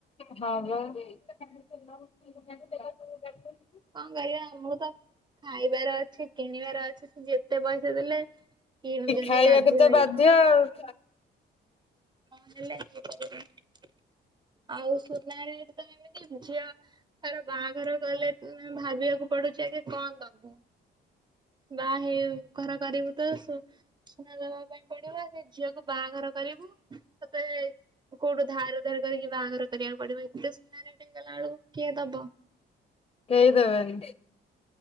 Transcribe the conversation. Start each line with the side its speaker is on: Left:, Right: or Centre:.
Left: ହଁ ବା। <inaudible>
Right: କଣ କହିବା ମୁଁ ତ ଖାଇବାର ଅଛି କିଣିବାର ଅଛି ଯେ କେତେ ପଇସା ଦେଲେ କିଣୁଛନ୍ତି
Left: ଖାଇବାକୁ ତ
Right: ହେଇକି
Left: ବାଧ୍ୟ ଆଉ
Right: <unintelligible> ଆଉ ସୁନା ଏମିତି ଝିଅର ବାହାଘର କଲେ ଭାବିବାକୁ ପଡୁଛି ଆଗ କଣ ଦବୁ ବାହା ଘର କରିବୁ ତ ସୁନା ଦବା ପାଇଁ ପଡିବ ସେ ଝିଅକୁ ବାହାଘର କର ତତେ କୋଉଠୁ ଧାର ଉଦାର କରିକି ବାହାଘର କରିବାକୁ ପଡିବ ଏତେ ସୁନା ରେଟ ହେଇଗଲା ବେଳକୁ କିଏ ଦବ
Left: କେହି ଦେବେନି।